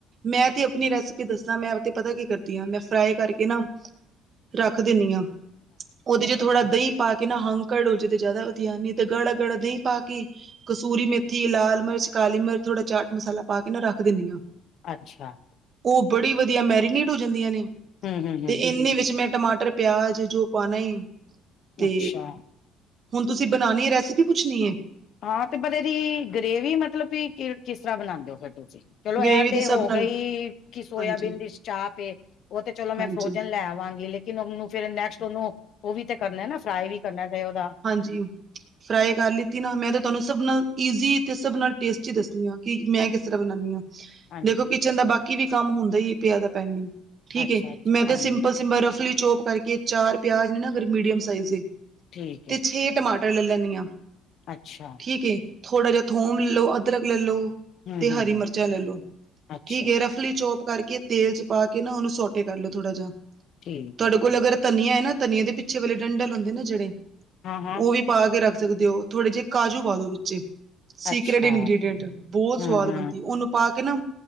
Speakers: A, on the right; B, on the left.
A: ਮੈਂ ਤੇ ਆਪਣੀ ਰੈਸਿਪੀ ਦੱਸਾਂ ਮੈਂ ਤੇ ਪਤਾ ਕੀ ਕਰਦੀ ਹਾਂ ਮੈਂ ਫਰਾਈ ਕਰਕੇ ਕੇ ਨਾ ਰੱਖ ਦਿੰਦੀ ਹਾਂ ਉਹਦੇ ਚ ਥੋੜਾ ਦਹੀਂ ਪਾ ਕੇ ਨਾ ਹੰਕੜ ਹੋ ਜੇ ਤੇ ਜ਼ਿਆਦਾਧ ਆੀ ਤੇ ਗਲਾਾ ਗੜ ਪਾ ਕੇ ਕਸੂਰੀ ਮੇਥੀ, ਲਾਲ ਮਿਰਚ, ਕਾਲੀ ਮਿਰਚ, ਥੋੜ੍ਹਾ ਚਾਟ ਮਸਾਲਾ, ਪਾ ਕੇ ਨਾ ਰੱਖ ਦਿੰਦੀ ਹਾਂ।
B: ਅੱਛਾ,
A: ਉਹ ਬੜੀ ਵਧੀਆ ਮੈਰੀਨੇਟ ਹੋ ਜਾਂਦੀਆਂ ਨੇ
B: ਹੂੰ ਹੂੰ ਹੂੰ,
A: ਤੇ ਇੰਨਨੀ ਵਿੱਚ ਮੈਂ ਟਮਾਟਰ ਪਿਆਜ਼ ਜੋ ਪਾਣਾਇ। ਤੇ
B: ਅੱਛਾ
A: ਹੁਣ ਤੁਸੀਂ ਬਣਾਉਣੀਏ ਰੈਸਿਪੀ ਪੁੱਛਣੀ ਏ
B: ਹਾਂ ਤੇ ਪਰ ਇਹਦੀ ਗਰੇਵੀ ਮਤਲਬ ਕਿ ਕਿਸ ਤਰ੍ਹਾਂ ਬਣਾਉਂਦੇ ਹੋ ਫਿਰ ਤੁਸੀਂ ਚਲੋ ਇਹ
A: ਗ੍ਰੇਵੀ
B: ਤੇ
A: ਦੇ
B: ਹੋ
A: ਸਭ ਨਾਲ
B: ਗਈ ਕਿ ਸੋਇਆਬੀਨ
A: ਹਾਂਜੀ
B: ਦੀ ਚਾਂਪ ਉਹ ਤੇ ਚਲੋ ਮੈਂ
A: ਹਾਂਜੀ
B: ਫਰੋਜਨ ਲੈ ਆਵਾਂਗੀ ਲੇਕਿਨ ਉਹਨੂੰ ਫਿਰ ਨੈਕਸਟ ਉਹਨੂੰ ਉਹ ਵੀ ਤੇ ਕਰਨਾ ਨਾ। ਫਰਾਈ ਵੀ ਕਰਨਾ ਤੇ ਉਹਦਾ
A: ਜੀ ਫਰਾਈ ਕਰ ਲਿਤੀ ਨਾ। ਮੈਂ ਤਾਂ ਤੁਹਾਨੂੰ ਸਭ ਨਾਲ ਈਜ਼ੀ, ਤੇ ਸਭ ਨਾਲ ਟੇਸਟੀ ਦੱਸਦੀ ਹਾਂ। ਕਿ ਮੈਂ ਕਿਸ ਤਰ੍ਹਾਂ ਬਣਾਉਾਨਦੀ ਹਾਂ
B: ਹਾਂਜੀ
A: ਦੇਖੋ ਕਿਚਨ ਦਾ ਬਾਕੀ ਵੀ ਕੰਮ ਹੁੰਦਾ ਹੀ ਏ। ਪਿਆ ਦਾ ਪੈਂਡਿੰਗ ਠੀਕ
B: ਅੱਛਾ
A: ਹੈ
B: ਅੱਛਾ
A: ਮੈਂ ਤੇ
B: ਹਾਂਜੀ
A: ਸਿੰਪਲ ਰਫਲੀ ਚੋਪ ਕਰਕੇ ਚਾਰ ਪਿਆਜ ਨੇ ਨਾ ਅਗਰ ਮੀਡੀਮ ਸਾਈਜ਼ ਦੇ
B: ਠੀਕ
A: ਤੇ
B: ਹੈ
A: ਛੇ ਟਮਾਟਰ ਲੈ ਲੈਂਦੀ ਹਾਂ।
B: ਅੱਛਾ
A: ਠੀਕ ਹੇ ਥੋੜਾ ਜਿਹਾ ਥੋਮ ਲੈ ਲਓ, ਅਦਰਕ ਲੈ ਲੋ,
B: ਹਮ
A: ਤੇ
B: ਹਮ
A: ਹਰੀ
B: ਹਮ
A: ਮਿਰਚਾਂ ਲੈ ਲੋ,
B: ਅੱਛਾ
A: ਠੀਕ ਹੈ ਰਫ ਲੀ ਚੋਪ ਕਰਕੇ ਤੇਲ ਚ ਪਾ ਕੇ ਨਾ ਉਹਨੂੰ ਸੋਟੇ ਕਰ ਲਓ ਥੋੜਾ ਜਿਹਾ,
B: ਠੀਕ
A: ਤੁਹਾਡੇ
B: ਹੈ
A: ਕੋਲ ਅਗਰ ਧਨੀਆ ਹੈ ਨਾ ਧਨੀਆ ਦੇ ਪਿੱਛੇ ਵੇਲੇ ਡੰਡਲ ਹੁੰਦੇ ਨਾ, ਜਿਹੜੇ
B: ਹਾਂ-ਹਾਂ।
A: ਉਹ ਵੀ ਪਾ ਕੇ ਰੱਖ ਸਕਦੇ ਹੋ, ਥੋੜੇ ਜਿਹੇ ਕਾਜੂ ਪਾ ਦੋ ਵਿੱਚੇ ਸੀਕਰੇਟ
B: ਅੱਛਾ
A: ਇੰਗ੍ਰਡੀਐਂਟ ਬਹੁਤ
B: ਹਮ
A: ਸਵਾਦ
B: ਹਮ
A: ਬਣਦੀ। ਉਹਨੂੰ ਪਾ ਕੇ ਨਾ